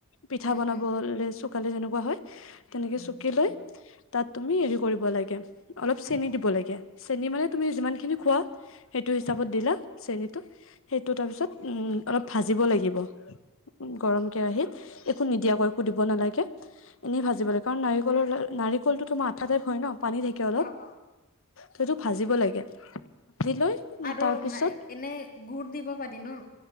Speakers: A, on the left; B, on the left.
A: পিঠা
B: উম,
A: বনাবলে
B: উম,
A: চো কালে যেনেকুৱা হয়, তেনেকে চুকি লৈ তাত তুমি হেৰি কৰিব লাগে, অলপ চেনি দিব লাগে, চেনি মানে তুমি যিমানখিনি খোৱা। সেইটো, হিচাপত
B: উম।
A: দিলা চেনটো, সেইটো তাৰপিছত উম, অলপ ভাজিব লাগিব। গৰম কেৰাহিত একো নিদিয়া কৈ, একো দিব নালাগে, এনেই ভাজিব লাগে, কাৰণ নাৰিকলৰ-নাৰিকলটো তোমাৰ আঠা টাইপ হয়, ন। পানী থাকে, অলপ।
B: অ' অ'
A: সেইটো ভাজিব লাগে। ভাজি লৈ
B: আৰু
A: তাৰ পিছত
B: এনে গুড় দিব পাৰি ন?